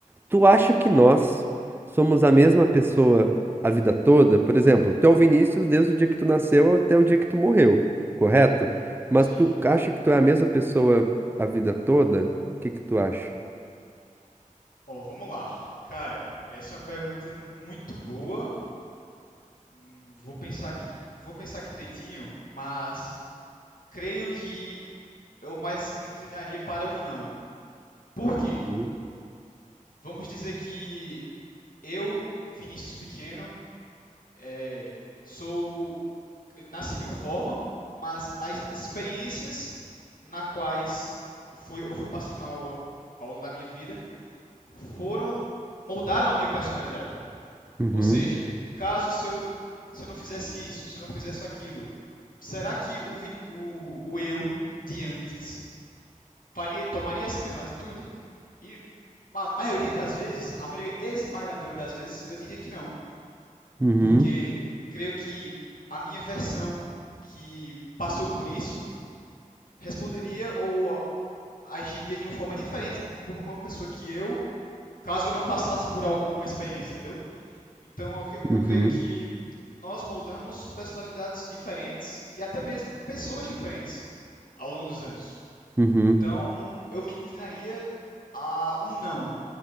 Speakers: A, on the right; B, on the left.
A: Tu acha que nós somos a mesma pessoa a vida toda? Por exemplo, tu é o Vinícius desde o dia que tu nasceu até o dia que tu morreu, correto? Mas
B: Sim.
A: tu acha que tu é a mesma pessoa a vida toda? O que que tu acha?
B: Ó, vamos lá. Cara, essa é uma pergunta muito boa. Hum, Vou pensar aqui, vou pensar aqui direitinho, mas creio que eu mais me inclinaria para um não. Por quê?
A: Hum?
B: Vamos dizer que eu, Vinícius Pequeno, é, sou nasci de uma forma, mas as as experiências na quais fui- eu fui passando ao ao longo da minha vida foram moldaram a minha personalidade.
A: Uhum,
B: Ou seja, caso se eu, se eu não fizesse isso, se eu não fizesse aquilo, será que o, o, o eu de antes faria, tomaria essa mesma atitude? E a maioria das vezes, a maioria esmagadora das vezes, eu diria que não.
A: uhum,
B: Porque creio que a minha versão que passou por isso responderia ou agiria de uma forma diferente por uma pessoa que eu, caso eu não passasse por alguma experiência, entendeu? Então, eu, cre- eu
A: uhum,
B: creio que nós moldamos personalidades diferentes e até mesmo pessoas diferentes ao longo dos anos.
A: uhum.
B: Então, eu me inclinaria a um não,